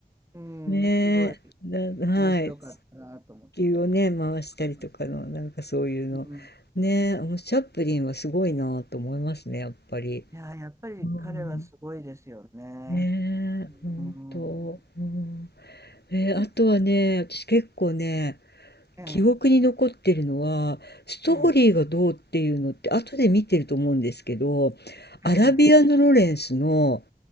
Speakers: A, on the right; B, on the left.
A: う
B: ねえ。
A: ん、すごい
B: だ、はい。
A: 面白かったなと思って。
B: 地球をね、回したりとかの、
A: あますね。
B: なんかそういうの。
A: うん。
B: ねえ、あのチャップリンはすごいなぁと思いますね、やっぱり。
A: いやー、やっぱり彼はすごいですよね。
B: うん。ねえ、
A: うん。
B: 本当。うん。えーあとはね、
A: なんか、
B: 私結構ね、
A: ええ、
B: 記憶に残ってるのは、ストーリーがどうっていうのって、
A: ええ、
B: 後で見てると思うんですけど、アラビアのロレンスの
A: ええ、